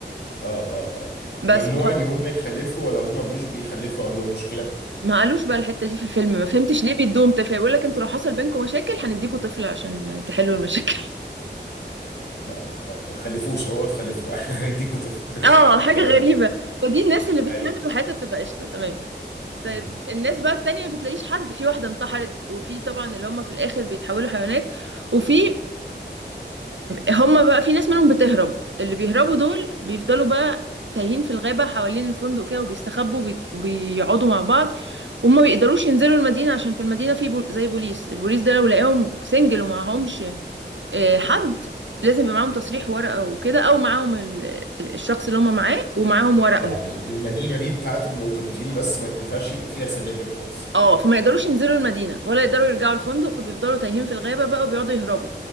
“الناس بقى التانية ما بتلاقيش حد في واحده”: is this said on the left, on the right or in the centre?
Right